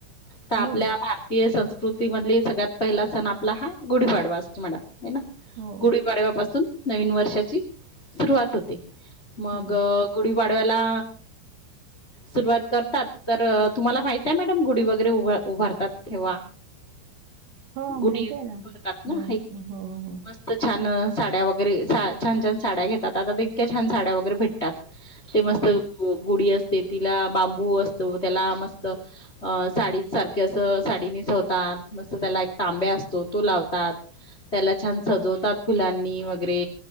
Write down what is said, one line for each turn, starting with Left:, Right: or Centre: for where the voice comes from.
Left: तर आपल्या
Right: बोला
Left: भारतीय संस्कृती त मधले सगळ्यात पहिला सण आपला हा गुढीपाडवा असतो मॅडम आहे ना
Right: हो
Left: गुढीपाडव्यापासून नवीन वर्षाची सुरवात होते मग
Right: हम्म
Left: गुढी वाढवायला सुरुवात करतात तर तुम्हाला माहित आहे मॅडम गुढी वगैरे उ उभारतात ठव्हा
Right: हो
Left: गुढी
Right: माहित
Left: वैरे
Right: आहे ना
Left: पहतात ना
Right: हो
Left: आहे की नाही
Right: हो हो
Left: मस्त छान साड्या वगैरे सा छान छान साड्या घेतात आता इतक्या छान साड्या वगैरे भेटतात ते
Right: हो
Left: मस्त गुढी असते तिला बांबू अस त्याला मस्त अ साडी सारखे अस साडी निसवतात मस्त त्याला एक तांब्या ोात त्या छ सजवतात फुलानी वरे